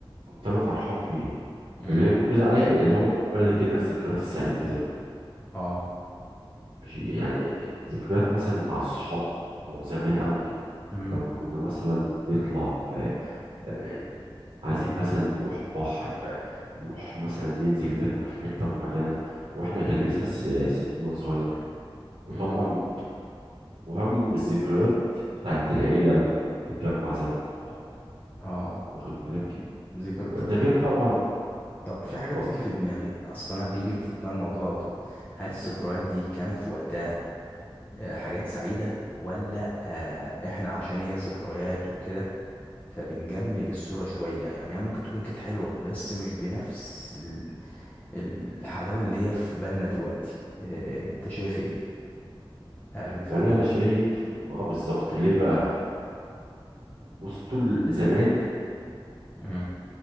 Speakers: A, on the right; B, on the left.
A: كنت انا فرحان فيها
B: امم
A: اللي هي بيقولوا زي عليها اللي هو بالبلدي كده الذكريات السعيده زي ما بنقول
B: اه
A: ماشي يعني آه، آه، ذكريات مثلا مع الصحاب بتوع زمان قوي
B: امم
A: لما كنا مثلا نطلع آه، آه، عايزين مثلا نروح بحر آه، نروح مثلا ننزل ناكل في حتة معينة واحنا كان لسه س- سننا صغير وطبعا
B: امم
A: وهم الذكريات بتاعت العيلة لما كنا بنتجمع زمان مع بعض
B: اه
A: واخد بالك
B: ذكر
A: وده
B: طب
A: غير طبعا
B: طب
A: اتفضل
B: في حاجه بتيجي في دماغي اصلا انا بيجي في دماغي الموضوع على طول هل الذكريات دي كانت في وقتها آه، حاجات سعيده ولا آه، احنا عشان هي ذكريات وكده فبنجمل الصوره شويه يعني هي ممكن تكون كانت حلوه بس مش بنفس ال- الحلاوه اللي هي في بالنا دلوقتي آه، انت شايف ايه هل فعلا
A: والله انا شايف اه بالظبط ليه بقى بص طول زمان
B: امم